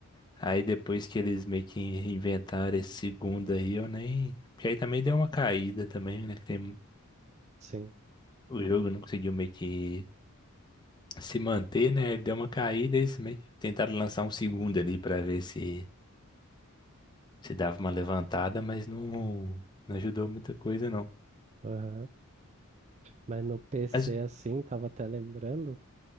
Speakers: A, on the left (about 20°); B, on the right (about 30°).
A: aí depois que eles meio que inventaram esse segundo aí, eu nem, porque aí também deu uma caída também, né, que tem
B: Sim.
A: o jogo não conseguiu meio que se manter, né? Ele deu uma caída, eles meio que tentaram lançar um segundo ali pra ver se se dava uma levantada, mas não não ajudou muita coisa não.
B: aham. Mas no PC,
A: Mas
B: assim, tava até lembrando.